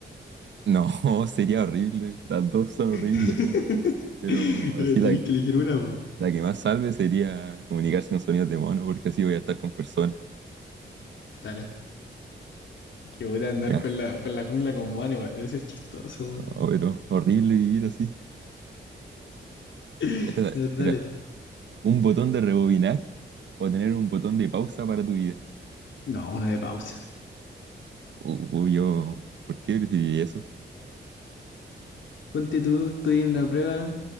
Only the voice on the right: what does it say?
No, <laughs> sería horrible. Las dos son
horribles. Pero
así
la,
la que más salve sería comunicarse con sonidos de mono, porque así voy a estar con personas.
Ya,
no, pero horrible vivir así.
Esta,
ta-
mira, un botón de rebobinar o tener un botón de pausa para tu vida.
Uh, uh, yo, ¿por qué preferiría eso?